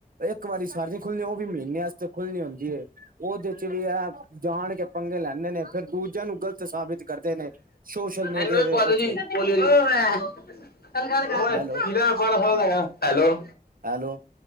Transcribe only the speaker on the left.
ਐ ਨੂੰ ਵੀ
ਪਵਾ ਦੋ
ਜੀ ਪੋਲੀਓ। <unintelligible>
Hello!